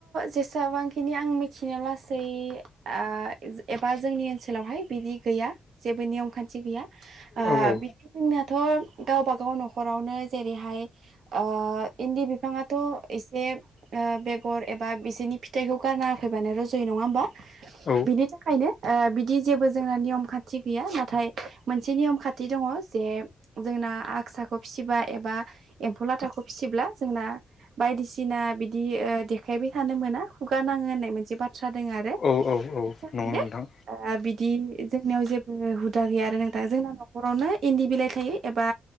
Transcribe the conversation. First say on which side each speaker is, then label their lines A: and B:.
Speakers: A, on the right; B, on the left.
A: जेसाबांखिनि आं मिथिनो लासै आ जो एबा जोंनि ओनसोलावहाय बिदि गैया जेबो नियम खान्थि गैया। ओ
B: औ औ
A: बिदि जोंनियाथ' गावबा गाव न'खरावनो जेरैहाय ओ इन्दि बिफाङाथ' एसे ओ बेगर एबा बिसोनि फिथाइखौ गारना होफैबानो रज'यो नङा होमबा
B: औ
A: बिनि था खायनो ओ बिदि जेबो जोंना नियम खान्थि गैया नाथाय मोनसे नियम खान्थि दङ जे जोंना आगसाखौ फिबा एबा एम्फौ लाथाखौ फिसिब्ला जोंना बायदिसिना बिदि ओ देखायबाय थानो मोना खुगा नाङो होननाय मोनसे बा थ्रा दोङ आरो
B: औ औ औ
A: थाखायनो
B: नंगौ नोंथां
A: ओ बिदि जोंनियाव जेबो हुदा गैया आरो नोंथां जोंना न'खरावनो इन्दि बिलाइ थायो एबा